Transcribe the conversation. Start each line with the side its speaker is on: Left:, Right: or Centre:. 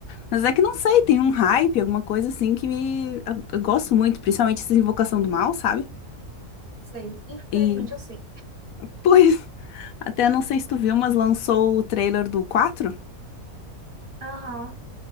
Left: Mas é que não sei, tem um hype, alguma coisa assim que me... eu, eu gosto muito, principalmente essa Invocação do Mal, sabe?
Right: Sei, infelizmente
Left: E,
Right: eu sei.
Left: <laughs> pois, até não sei se tu viu, mas lançou o trailer do quatro
Right: Aham,